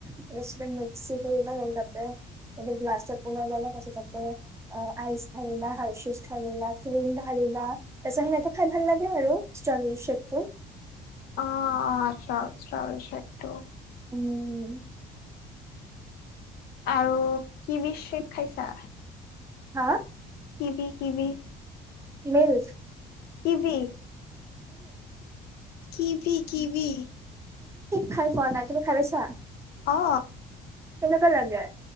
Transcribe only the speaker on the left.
অ', <unintelligible>
আৰু কি বি শ্বেক খাইছা?
কিবি কিবি?
কিবি, কিবি কিবি।
অঁ।